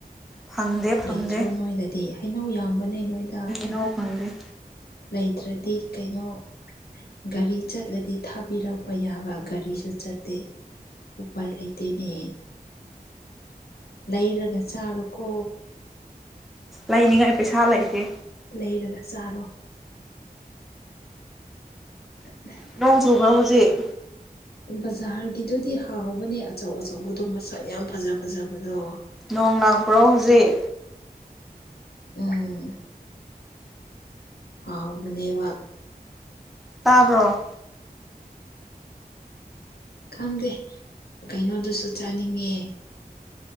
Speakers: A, in the centre; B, on the left.
A: ꯐꯪꯗꯦ ꯐꯪꯗꯦ
B: ꯂꯩꯇ꯭ꯔꯣ ꯅꯣꯏꯗꯗꯤ ꯍꯩꯅꯧ ꯌꯥꯝꯕꯅꯦ ꯅꯣꯏꯗ
A: ꯅꯧ ꯐꯪꯗꯦ
B: ꯂꯩꯇ꯭ꯔꯗꯤ ꯀꯩꯅꯣ ꯒꯥꯔꯤ ꯆꯠꯂꯗꯤ ꯊꯥꯕꯤꯔꯛꯄ ꯌꯥꯕ ꯒꯥꯔꯤꯁꯨ ꯆꯠꯇꯦ ꯎꯄꯥꯏ ꯂꯩꯇꯦꯅꯦ ꯂꯩꯔꯒ ꯆꯥꯔꯣꯀꯣ
A: ꯂꯩꯅꯤꯡꯉꯥꯏ ꯄꯩꯁꯥ ꯂꯩꯇꯦ
B: ꯂꯩꯔꯒ ꯆꯥꯔꯣ <unintelligible>
A: ꯅꯣꯡꯆꯨꯕ꯭ꯔ ꯍꯧꯖꯤꯛ
B: ꯕꯖꯥꯔꯒꯤꯗꯨꯗꯤ ꯍꯥꯎꯕꯅꯦ ꯑꯆꯧ ꯑꯆꯧꯕꯗꯨ ꯃꯁꯛ ꯌꯥꯝ ꯐꯖ ꯐꯖꯕꯗꯣ
A: ꯅꯣꯡ ꯂꯥꯛꯄ꯭ꯔꯣ ꯍꯧꯖꯤꯛ
B: ꯎꯝ ꯍꯥꯎꯕꯅꯦꯕ
A: ꯇꯥꯕ꯭ꯔꯣ
B: ꯈꯪꯗꯦ ꯀꯩꯅꯣꯗꯨꯁꯨ ꯆꯥꯅꯤꯡꯉꯦ